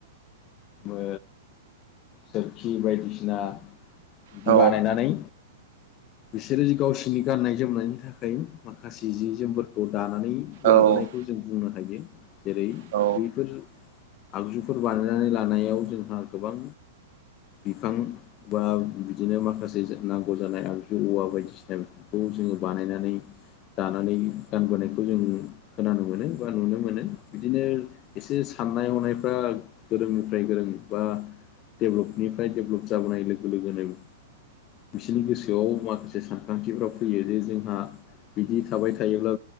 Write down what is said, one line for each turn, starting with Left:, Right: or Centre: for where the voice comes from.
Left: ओ सोरखि बायदिसिना बिदि
Right: औ
Left: बानायनानै बिसोरो गावसोरनि गाननाय जोमनायनि थाखाय माखासे जि जोमफोरखौ दानानै
Right: औ
Left: लाबोनायखौ जों बुंनो हायो। जेरै
Right: औ
Left: बैफोर आगजुफोर बानायनानै लानायाव जोंहा गोबां बिफां बा बिदिनो माखासे नांगौ जानाय आरो औवा बायदिसिना बेफोरखौ जोङो बानायनानै दानानै गानबोनायखौ जों खोनानो मोनो बा नुनो मोनो बिदिनो एसे साननाय हनायफ्रा गोरोंनिफ्राय गोरों बा डेभेलपनिफ्राय डेभेलप जाबोनाय लोगो लोगोनो बिसोरनि गोसो गोसोआव माखासे सानखांथिफोरा फैयो जे जोंहा बिदि थाबाय थायोब्ला